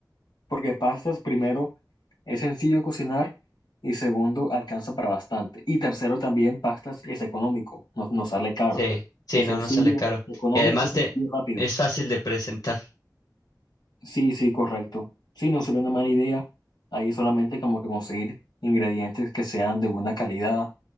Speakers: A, on the left; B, on the left.
A: porque pastas, primero, es sencillo cocinar y segundo, alcanza para bastante. Y tercero, también pastas es económico, no, no sale caro.
B: Sí, sí,
A: Es
B: no,
A: sencillo,
B: no sale caro.
A: económico,
B: Y además
A: sencillo
B: te,
A: y rápido.
B: es fácil de presentar.
A: Sí, sí, correcto. Sí, no sería una mala idea. Ahí solamente como que conseguir ingredientes que sean de buena calidad,